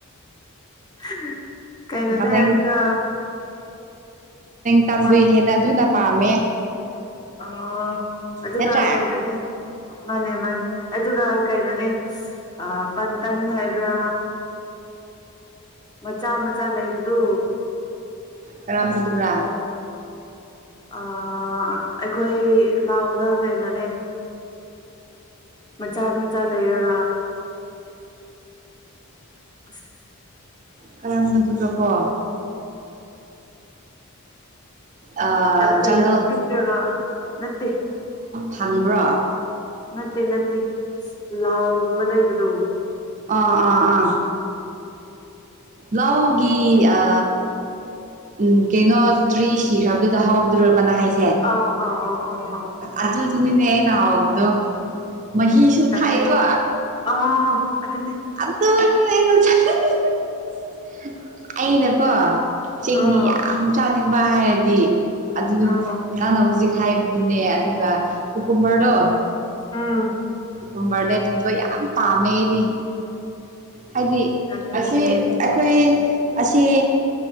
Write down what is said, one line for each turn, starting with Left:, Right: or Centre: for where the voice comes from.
Left: <unintelligible> ꯀꯩꯅꯣꯅꯦ
Right: ꯒꯗꯡ
Left: ꯑꯗꯨꯒ꯫
Right: ꯇꯝꯗꯣꯏꯍꯦꯅ
Left: ꯄꯥꯟ
Right: ꯑꯗꯨꯅ꯫ ꯄꯥꯝꯃꯦ꯫
Left: ꯑꯣ ꯑꯗꯨꯒ
Right: ꯅꯠꯇ꯭ꯔꯥ
Left: ꯀꯩꯩꯅꯣꯅꯤ ꯃꯥꯅꯦ ꯃꯥꯅꯦ꯫ ꯑꯗꯨꯒ ꯀꯩꯅꯣꯅꯦ ꯄꯟꯇꯟ ꯍꯥꯏꯕ꯭ꯔꯥ꯫ ꯃꯆꯥ ꯃꯆꯥ ꯂꯩꯕꯗꯨ꯫
Right: ꯀꯔꯥꯝꯕꯗꯨꯨꯔꯥ꯫
Left: ꯑ ꯑꯩꯈꯣꯏ ꯂꯍꯥꯎꯗ ꯀꯩꯅꯣꯅꯦ꯫ ꯃꯆꯥ ꯃꯆꯥ ꯂꯩꯔꯒ ꯑꯁ꯫
Right: ꯀꯔꯝꯕꯗꯨꯒꯀꯣ꯫ ꯑꯥ
Left: ꯀꯩꯅꯣ
Right: ꯖꯪꯒꯜ
Left: ꯄꯤꯛꯇ꯭ꯔꯒ ꯅꯠꯇꯦ꯫
Right: ꯈꯪꯕ꯭ꯔꯥ꯫
Left: ꯅꯠꯇꯦ ꯅꯠꯇꯦ ꯂꯥꯎꯒꯨꯝꯕ ꯂꯩꯕꯗꯣ꯫
Right: ꯑꯥ ꯑꯥ ꯑꯥ꯫ ꯂꯥꯎꯒꯤ ꯑ꯫ ꯎꯝ ꯀꯩꯅꯣ ꯇ꯭ꯔꯤ ꯁꯤꯈ꯭ꯔꯕꯗꯨꯗ ꯍꯥꯎꯕꯗꯨ ꯔꯕ ꯅꯪꯅ ꯍꯥꯏꯁ꯫
Left: ꯑꯩ ꯑꯩ ꯑꯩ ꯑꯧ꯫
Right: ꯑꯗꯨ ꯑꯗꯨꯅꯤꯅꯦ ꯑꯩꯅ꯫ ꯗꯣ꯫ ꯃꯍꯤꯁꯨ
Left: ꯆꯥꯅꯤꯡ
Right: ꯊꯥꯛꯑꯦꯀꯣ꯫
Left: ꯑꯥꯎ ꯑꯗꯨꯅꯦ
Right: ꯑꯗꯅꯦ ꯑꯩꯅꯥ ꯆꯥꯅꯤꯡ꯫ <unintelligible> ꯑꯩꯅꯀꯣ ꯆꯦꯡꯒꯤ
Left: ꯑꯥ
Right: ꯌꯥꯝ ꯆꯥꯅꯤꯡ꯫ ꯕ ꯍꯥꯏꯌꯗꯤ꯫ ꯑꯗꯨ
Left: ꯑꯥ
Right: ꯅꯪꯅ ꯍꯧꯖꯤꯛ꯫ ꯍꯥꯏꯕꯗꯨꯅꯦ ꯑꯗꯨꯒ ꯀꯨꯀꯨꯝꯕꯔꯗꯣ꯫
Left: ꯎꯝ꯫
Right: ꯀꯨꯝꯕꯔꯅꯦ ꯑꯗꯨꯗꯣ ꯌꯥꯝ ꯄꯥꯝꯃꯦ ꯑꯩꯗꯤ ꯍꯥꯏꯗꯤ
Left: ꯑꯗꯨꯅꯦ
Right: ꯑꯁꯤ ꯑꯩꯈꯣꯏ ꯑꯁꯤ